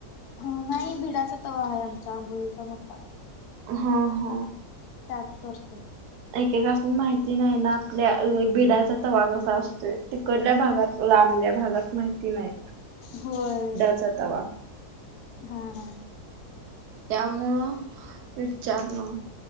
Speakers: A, on the left (about 75°); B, on the right (about 80°).
A: ह नाही भिडाचा तवा आहे आमच्या आंबोळीचा मोठा.
B: हो हो.
A: त्यात करते.
B: एकेका अस माहिती नाही ना आपल्या बिडाचा तवा कसा असतोय तिकडल्या भागात. लांबल्या भागात माहिती नाही.
A: होय.
B: बिडाचा तवा
A: हा हा.
B: त्यामुळं विचारलं.